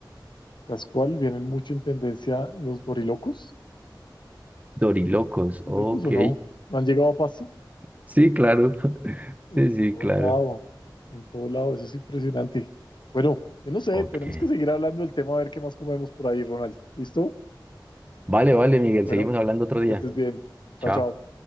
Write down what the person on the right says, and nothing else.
Dorilocos,
ok.
Sí, claro. <laughs>
Sí, sí,
claro.
Ok.
Vale, vale, Miguel,
seguimos hablando otro día.
Chao.